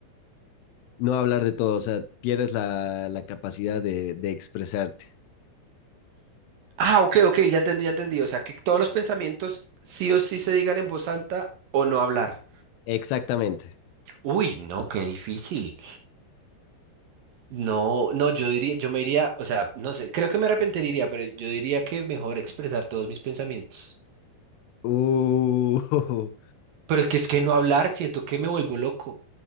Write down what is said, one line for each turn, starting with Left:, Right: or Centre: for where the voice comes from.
Left: No hablar de todo, o sea, pierdes la, la capacidad de, de expresarte.
Right: Ah, ok, ok, ya entendí, ya entendí. O sea, que todos los pensamientos sí o sí se digan en voz alta o no hablar.
Left: Exactamente.
Right: Uy, no, qué difícil. No, no, yo diría, yo me iría, o sea, no sé, creo que me arrepentiría, pero yo diría que mejor expresar todos mis pensamientos.
Left: Uh.
Right: Pero es que es que no hablar, siento que me vuelvo loco.